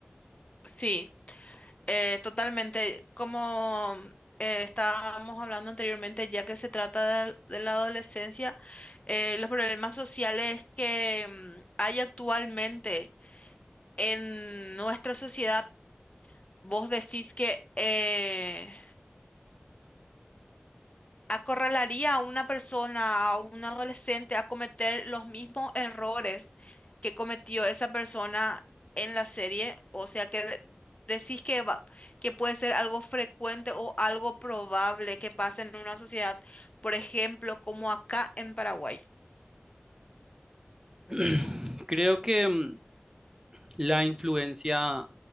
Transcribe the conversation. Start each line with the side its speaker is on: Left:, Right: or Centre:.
Left: Sí, Eh, totalmente, como eh, estábamos hablando anteriormente, ya que se trata de, de la adolescencia, eh, los problemas sociales que mm, hay actualmente en nuestra sociedad, vos decís que eh, acorralaría a una persona, a un adolescente, a cometer los mismos errores que cometió esa persona en la serie. O sea que de- decís que va- que puede ser algo frecuente o algo probable que pase en una sociedad, por ejemplo, como acá en Paraguay.
Right: <clears throat> Creo que mm, la influencia